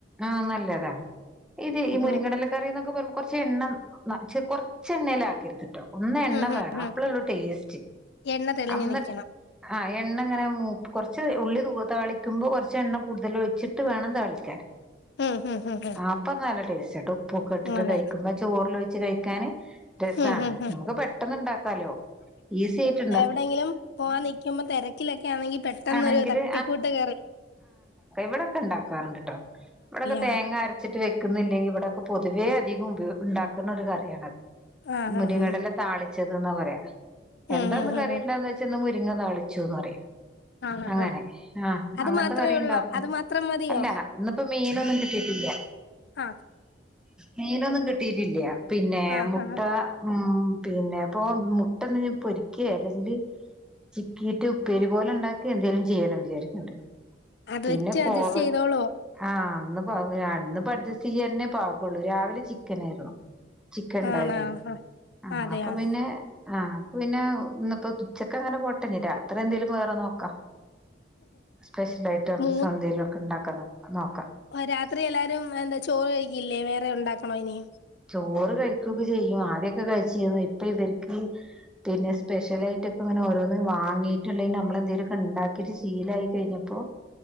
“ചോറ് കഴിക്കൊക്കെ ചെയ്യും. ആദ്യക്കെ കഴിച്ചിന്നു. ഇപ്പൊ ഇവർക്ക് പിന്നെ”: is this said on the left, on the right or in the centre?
Centre